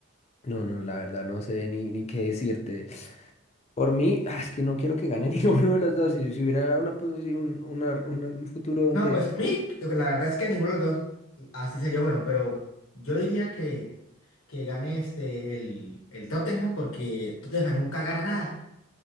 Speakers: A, on the left (about 30°); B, on the left (about 80°).
A: no, no, la verdad no sé ni, ni qué decirte. Por mí, ah, es que no quiero que gane <laughs> ninguno de los dos. Si, si hubiera una, posi- un, una- una- un futuro donde...
B: No, pues a mí, la verdad es que ninguno de los dos mm, así sería bueno, pero yo diría que, que gane este, el, el Tottenham porque Tottenham nunca gana nada.